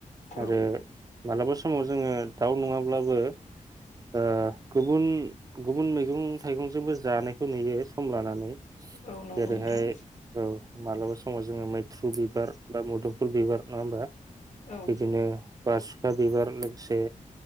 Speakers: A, on the left; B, on the right.
A: औ
B: आरो मालाबा समाव जोङो दाउ नङाब्लाबो ओ गुबुन गुबुन मैगं थाइगंजोंबो जानायखौ नुयो सम लानानै
A: औ नंगौ
B: जेरैहाय
A: नोंथां
B: औ मालाबा समाव जोङो मैथ्रु बिबार बा मोदोमफुल बिबार नङा होमबा?
A: औ
B: बिदिनो बासु बिबार लोगोसे